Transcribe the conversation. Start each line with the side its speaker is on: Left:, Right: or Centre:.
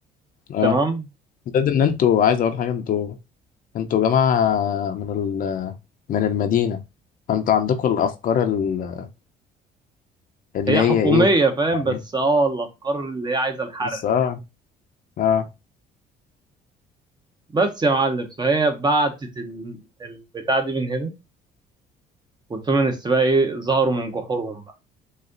Left: اه
Right: تمام
Left: ده, ده ان انتوا عايز اقول حاجة انتوا انتوا جماعة من ال من المدينة فانتوا عندكم الافكار ال- اللي
Right: هي
Left: هي
Right: حكوميه
Left: ايه
Right: فاهم
Left: يعني
Right: بس اه الافكار اللي هي عايزه الحرق
Left: بس اه اه
Right: بس يا معلم فهي بعتت ال- البتاع دي من هنا والفيمينست بقى ايه ظهروا من جحورهم بقى